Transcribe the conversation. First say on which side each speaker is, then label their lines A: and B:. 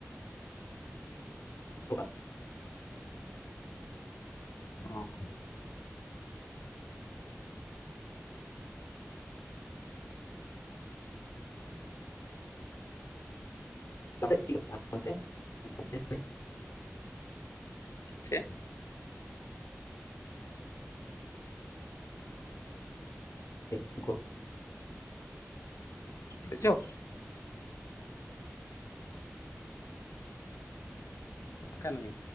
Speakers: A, on the left (about 65°); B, on the left (about 80°).
A: <unintelligible> <unintelligible>
B: ᱚᱸ
A: <unintelligible> <unintelligible>
B: ᱪᱮᱜᱼᱼ
A: ᱪᱮᱜ ᱠᱚ,
B: ᱪᱮᱫ ᱪᱚ ᱠᱟᱱ ᱜᱮᱭᱟ,